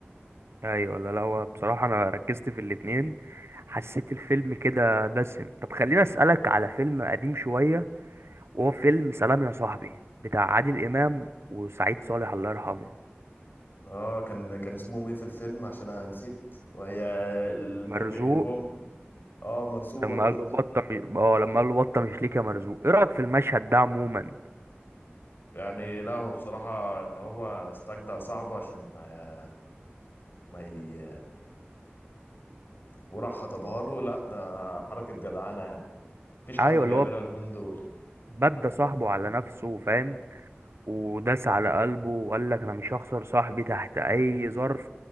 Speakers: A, on the right; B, on the left.
A: ايوه لا لا هو بصراحة انا ركزت في الاتنين حسيت الفيلم كده دسم طب خليني اسألك على فيلم قديم شوية وهو فيلم سلام يا صاحبي بتاع عادل إمام وسعيد صالح الله يرحمه
B: اه كان كان اسمهم ايه في الفيلم عشان انا نسيت وهي ال...
A: مرزوق
B: كانوا بيحبهم اه مرزوق وباراكوتا
A: لما قال له بطة مش... اه لما قال له بطة مش ليك يا مرزوق ايه رأيك في المشهد ده عموما
B: يعني لا هو بصراحة ان هو استجدع صاحبه عشان ما ما ي... وراح خطبها له لا ده حركة جدعانة يعني مفيش حد
A: ايوه
B: بيعملها
A: اللي هو
B: اليومين دول
A: بدى صاحبه على نفسه فاهم وداس على قلبه وقال لك انا مش هخسر صاحبي تحت اي ظرف